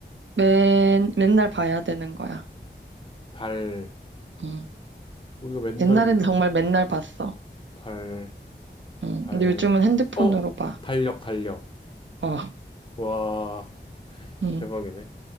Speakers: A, on the right; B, on the left.
A: 맨, 맨날 봐야 되는 거야.
B: 달,
A: 음.
B: 우리가 맨날
A: 옛날에는
B: 본다고?
A: 정말 맨날 봤어.
B: 달,
A: 음.
B: 달,
A: 근데 요즘은 핸드폰으로
B: 어?
A: 봐.
B: 달력, 달력.
A: 어.
B: 와,
A: 음.
B: 대박이네.